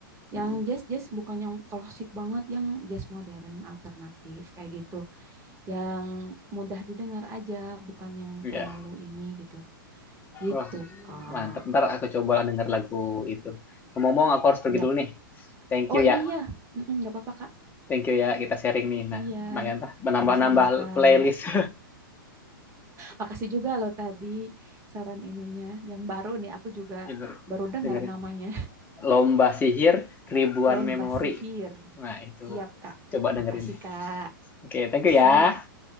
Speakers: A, on the right; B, on the left.
A: Yang
B: Hmm,
A: jazz jazz bukan yang klasik banget, yang jazz modern alternatif kayak gitu, yang mudah didengar aja, bukan yang
B: Iya.
A: terlalu ini gitu. Gitu,
B: Wah
A: Kak.
B: mantep. Ntar aku cobalah denger lagu itu. Ngomong-ngomong aku harus pergi
A: Yap.
B: dulu nih. Thank
A: Oh
B: you ya
A: iya, Mm-mm, nggak apa-apa, Kak.
B: Thank you ya kita sharing nih. Nah,
A: Iya,
B: lumayan lah menambah-nambah
A: sama-sama, Kak.
B: playlist
A: Makasih juga lo tadi saran ininya. Yang baru nih aku juga
B: <laughs>
A: baru dengar
B: dengerin
A: namanya.
B: lomba sihir ribuan
A: <laughs> Lomba
B: memori.
A: sihir.
B: Nah, itu
A: Siap, Kak.
B: coba
A: Makasih,
B: dengerin.
A: Kak.
B: Oke, okay, thank you
A: Siap.
B: ya.